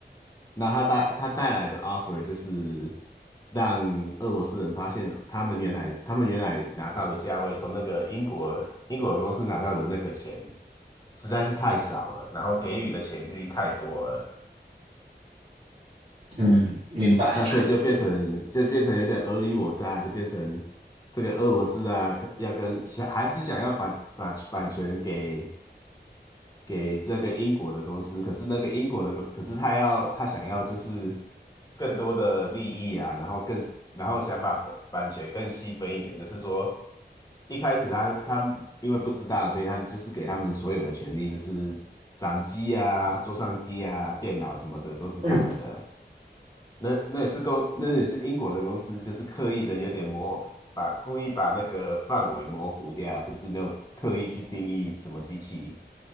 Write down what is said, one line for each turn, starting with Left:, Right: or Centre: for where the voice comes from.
Left: 那他带他带来的 offer 就是让俄罗斯人发现，他们原来他们原来拿到的价位，从那个英国英国的公司拿到的那个钱实在是太少了，然后给予的权利太多了，
Right: 嗯明白
Left: 那所以就变成就变成有点尔虞我诈，就变成这个俄罗斯啊，可要跟想还是想要把把版权给给这个英国的公司，可是那个英国的公，可是他要他想要就是更多的利益啊，然后更然后想把分版权更细分一点，就是说一开始他他因为不知道，所以他就是给他们所有的权利，就是掌机啊、桌上机啊、电脑什么的都是他们的。
Right: 嗯
Left: 那那也是公，那也是英国的公司，就是刻意的有点模，把故意把那个范围模糊掉，就是没有特意去定义什么机器。